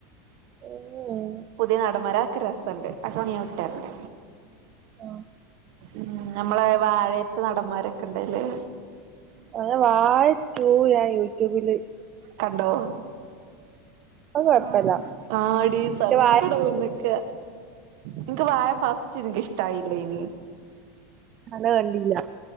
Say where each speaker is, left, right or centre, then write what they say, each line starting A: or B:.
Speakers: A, on the right; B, on the right.
A: <unintelligible>
B: പുതിയ നടന്മാര അതൊക്കെ രസണ്ട് അതോണിയെ ഞാൻ വിട്ടര്ണ്ട്
A: ആഹ്
B: ഉം നമ്മളെ വാഴയത്തെ നടന്മാരൊക്കെ ഇണ്ട്ലേ
A: അങ്ങനെ വാഴ റ്റൂ ഞായൂറ്റൂബില്
B: കണ്ടോ
A: അത് കൊഴപ്പല്ല
B: ആ ആടി
A: പക്ഷെ
B: സങ്കടം
A: വാഴ
B: ഒന്നിക്ക എനിക്ക് വായ ഫസ്റ്റ് എനക്ക് ഇഷ്ടമായില്ലേ ഇനി
A: അന കണ്ടില്ല